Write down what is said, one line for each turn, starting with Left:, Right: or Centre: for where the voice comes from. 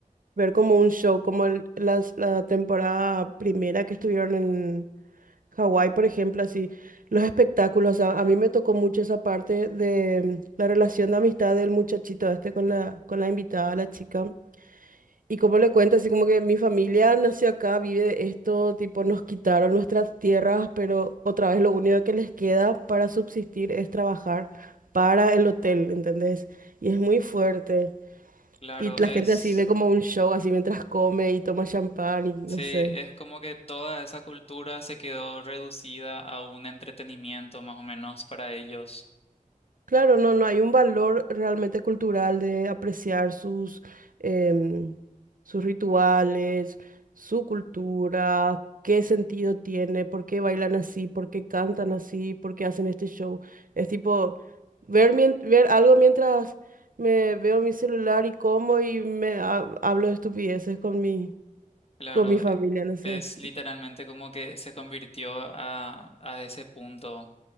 Right: ver como un show, como el- las, la temporada primera que estuvieron en Hawái, por ejemplo, así, los espectáculos. A, a mí me tocó mucho esa parte de mm, la relación de amistad del muchachito este con la, con la invitada, la chica. Y como le cuento, así como que mi familia nació acá, vive de esto, tipo nos quitaron nuestras tierras, pero otra vez lo único que les queda para subsistir es trabajar para el hotel, ¿entendés? Y es muy fuerte.
Left: Claro,
Right: Y la
Left: es,
Right: gente así ve como un show, así mientras come y toma champán y no
Left: sí,
Right: sé.
Left: es como que toda esa cultura se quedó reducida a un entretenimiento más o menos para ellos.
Right: Claro, no, no, hay un valor realmente cultural de apreciar sus, em, sus rituales, su cultura, qué sentido tiene, por qué bailan así, por qué cantan así, por qué hacen este show. Es tipo ver, mien- ver algo mientras me veo mi celular y como y me ha- hablo de estupideces con mi,
Left: Claro,
Right: con mi familia,
Left: e-
Right: no sé.
Left: es literalmente como que se convirtió a, a ese punto.